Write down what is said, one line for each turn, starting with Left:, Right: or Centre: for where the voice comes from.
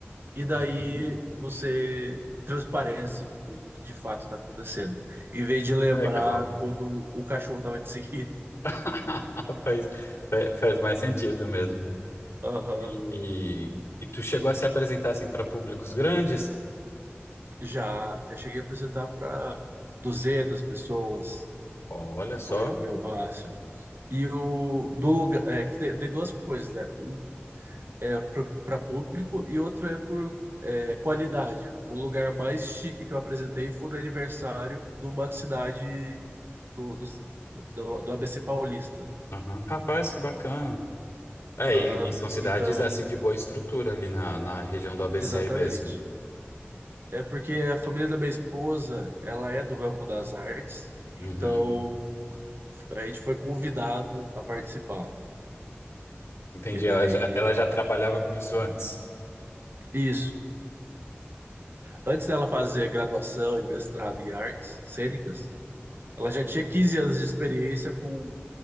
Right: e daí
Left: Uhum.
Right: você transparece o o que de fato está acontecendo, em vez de lembrar
Left: Legal.
Right: quando o cachorro estava te seguindo.
Left: <laughs> Faz, fa- faz mais sentido mesmo.
Right: Aham.
Left: E, e tu chegou a se apresentar assim para públicos grandes?
Right: Já, já cheguei a apresentar para 200 pessoas,
Left: Olha só.
Right: foi o meu máximo. E o do lugar, é, que tem, tem duas coisas, né? Um é para público e outro é por é, qualidade. O lugar mais chique que eu apresentei foi no aniversário de uma cidade do, do, do, do ABC Paulista.
Left: Aham. Rapaz, que bacana. É,
Right: Aham,
Left: e, e são cidades
Right: Então,
Left: assim de boa estrutura ali na, na região do ABC
Right: exatamente.
Left: mesmo.
Right: É porque a família da minha esposa, ela é do ramo das artes, então
Left: Uhum.
Right: a gente foi convidado a participar.
Left: Entendi,
Right: E daí,
Left: ela já, ela já trabalhava com isso antes.
Right: isso. Antes dela fazer graduação e mestrado em artes cênicas, ela já tinha 15 anos de experiência com,